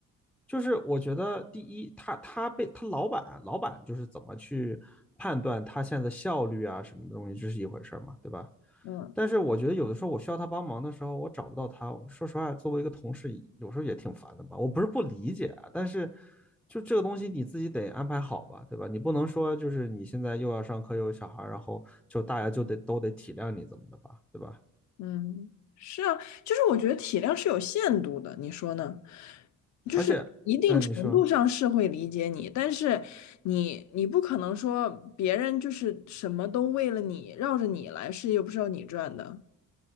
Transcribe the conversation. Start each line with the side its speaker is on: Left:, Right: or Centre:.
Centre: 就是我觉得第一，他他被他老板老板就是怎么去判断他现在的效率啊什么的东西，这是一回事嘛，对吧？
Left: 嗯。
Centre: 但是我觉得有的时候我需要他帮忙的时候，我找不到他。说实话，作为一个同事，有时候也挺烦的吧。我不是不理解啊，但是就这个东西你自己得安排好吧，对吧？你不能说就是你现在又要上课又有小孩然后就大家就得都得体谅你怎么的吧，对吧？
Left: 嗯，是啊，就是我觉得体谅是有限度的，你说呢？就是一定程度上是会理解你，
Centre: 而且，嗯，你说，
Left: 但是你你不可能说别人就是什么都为了你绕着你来，是又不是要你赚的。